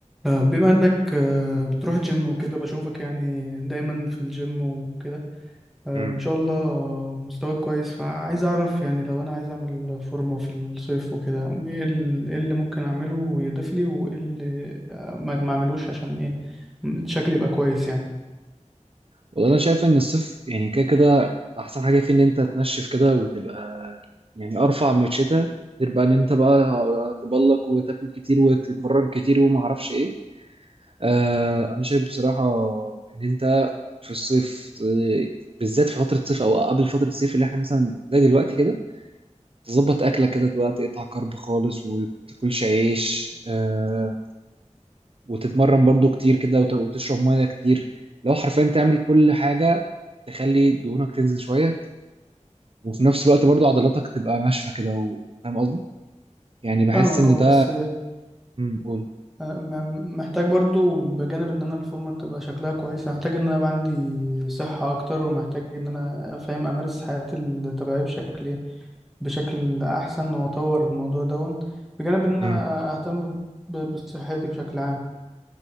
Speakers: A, in the centre; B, on the right (about 50°).
A: آه، بما انك آه، بتروح جيم وكده بشوفك يعني دايما في الجيم وكده آه،
B: امم
A: ما شاء الله مستواك كويس فعايز اعرف يعني لو انا عايز اعمل فورمة في الصيف وكده ايه ال- إيه اللي ممكن اعمله ويضيف لي وايه اللي آه، ما ما اعملوش عشان ايه شكلي يبقى كويس يعني
B: والله انا شايف ان الصيف يعني كده كده احسن حاجه فيه ان انت تنشف كده وتبقى يعني ارفع من الشتاء غير بقى ان انت بقى تبلك وتاكل كتير وتتمرن كتير وما اعرفش ايه آه انا شايف بصراحه ان انت في الصيف ت- بالذات في فتره الصيف او قبل فتره الصيف اللي احنا مثلا زي دلوقتي كده تظبط اكلك كده تبقى تقطع كرب خالص وما تاكلش عيش آه وتتمرن برضو كتير كده وت- وتشرب ميه كتير لو حرفيا تعمل كل حاجه تخلي دهونك تنزل شويه وفي نفس الوقت برضو عضلاتك تبقى ناشفه كده و- فاهم قصدي يعني بحس
A: فاهمك
B: ان
A: اه
B: ده
A: بس
B: امم قول
A: آه، م- محتاج برضو بجانب ان انا الفورمة تبقى شكلها كويس محتاج ان انا يبقى عندي صحة اكتر ومحتاج ان انا فاهم امارس حياتي الطبيعية بشكل ايه بشكل احسن واطور الموضوع دون بجانب ان انا
B: امم
A: اهتم ب- بصحتي بشكل عام